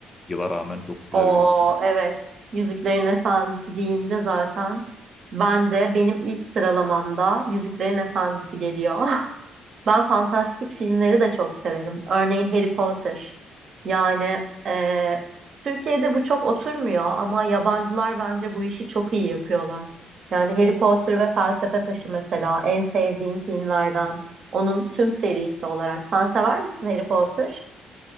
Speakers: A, on the left; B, on the right.
A: Yıla rağmen çok güzel
B: O
A: bir film.
B: evet. Yüzüklerin Efendisi deyince zaten bence benim ilk sıralamamda Yüzüklerin Efendisi geliyor. <laughs> Ben fantastik filmleri de çok severim. Örneğin Harry Potter. Yani e, Türkiye'de bu çok oturmuyor ama yabancılar bence bu işi çok iyi yapıyorlar. Yani Harry Potter ve Felsefe Taşı mesela en sevdiğim filmlerden. Onun tüm serisi olarak. Sen sever misin Harry Potter?